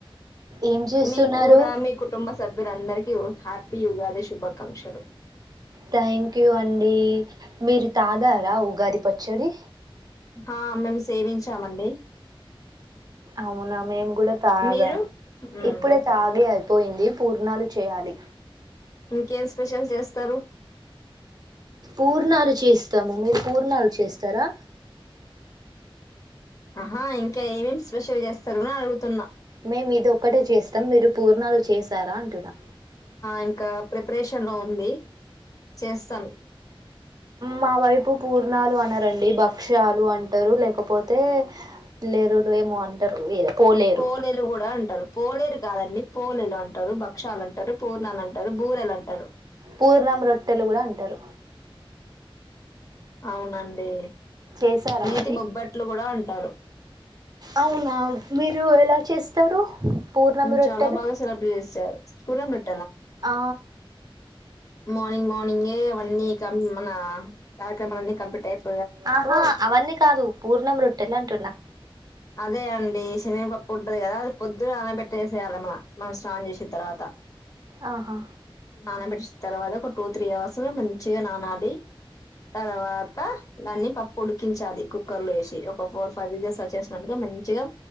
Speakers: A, on the right; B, on the left.
A: ఏం చేస్తున్నారు
B: మీ కూడా మీ కుటుంబ సభ్యులందరిక హ్యాపీ ఉగాది శుభాకాంక్షలు
A: థ్యాంక్ యూ అండి మీరు తాగారా ఉగాది పచ్చడి
B: ఆ మేము సేవించామండి
A: అవునా మేము కూడా తాగా
B: మీరు మ్మ్.
A: ఇప్పుడే తాగి అయిపోయింది పూర్ణాలు చేయాలి
B: ఇంకేం స్పెషల్ చేస్తారు
A: పూర్ణాలు చేస్తాము మీరు పూర్ణాలు చేస్తారా
B: ఆహా ఇంకా ఏమేమి స్ప్రెషల్ చేస్తారు అని అడుగుతున్నా
A: మేము ఇది ఒక్కటే చేస్తాం మీరు పూర్ణాలు చేశారా అంటున్నా
B: ఇంకా ప్రిపరేషన్ ఉంది చేస్తాం
A: మా వైపు పూర్ణాలు అనరండి భక్ష్యాలు అంటారు లేకపోతే పిల్లరులు ఏమో అంటారు వేరే పోలేరు
B: పోలేలు కూడా అంటారు పోలేరు కాదండి పోలేలు అంటారు భక్షాలు అంటారు పూర్ణాలు అంటారు బూరెలు అంటారు
A: పూర్ణం రొట్టెలు కూడా అంటారు
B: అవునండి
A: చేసారా
B: నేతి
A: మరి
B: బొబ్బట్లు కూడా <unintelligible>
A: అవునా మీరు ఎలా చేస్తారు పూర్ణం
B: మ్మ్
A: రొట్టెలు
B: చాలా బాగా <unintelligible>
A: ఆ
B: మార్నింగ్ మార్నింగ్ ఏ అవన్నీ కం మన కార్యక్రమలు అన్నీ కంప్లీట్ అయిపో
A: ఆహా అవన్నీ కాదు పూర్ణం రొట్టెలు అంటున్నా
B: అదే అండి సెనగ పప్పు ఉంటది కదా అది పొద్దున నాన పెట్టేసేయాలి మన మనం స్నాం చేసిన తర్వాత
A: ఆహా
B: నానబెట్టిసి తర్వాత ఒక టూ త్రీ అవర్స్ మంచిగా నానాలి తర్వాత దాన్ని పప్పు ఉడికించాలి కుక్కర్ లో వేసి ఒక ఫోర్ ఫైవ్ విజస్ వచ్చే అంటే మంచిగా